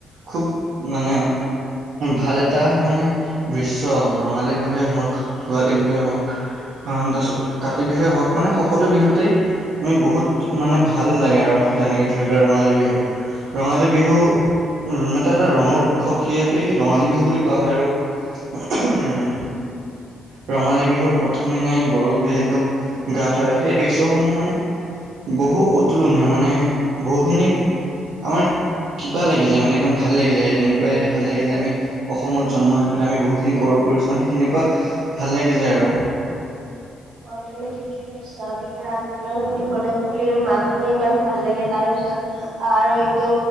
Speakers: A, on the right; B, on the right.
A: খুব মানে ভাল এটা মানে দৃশ্য ৰঙালী বিহুৱে হওক ভোগালী বিহুৱে হওক তাৰপিছত কাতি বিহুৱেই হওক মানে সকলো বিহুতেই আমি বহুত মানে ভাল লাগে আৰু যেনেকে ধৰি লোৱা ৰঙালী বিহু ৰঙালী বিহু এটা এটা ৰঙৰ উৎসৱ সেয়কেই ৰঙালী বিহু বুলি কোৱা হয় আৰু উম ৰঙালী বিহুৰ প্ৰ প্ৰথম দিনাই গৰুক যিহেতু গা ধুৱাই সেই দৃশ্যসমূহ মানে বহু অতুলনীয় মানে বহুখিনি আমাৰ কিবা লাগি যায় মানে একদম ভাল লাগি যায় এনেকুৱা যে ভাল লাগে যে আমি অসমত জন্ম হৈ পেলাই আমি বহুখিনি গৌৰৱ কৰিছো মানে সেনেকুৱা ভাল লাগি যায় আৰু
B: হয় তুমি ঠিকে কৈছা বিহুৰ আগ জাননী দিবলে কুলিৰ মাত শুনি ইমান ভাল লাগে তাৰে পিছত আৰু এইটো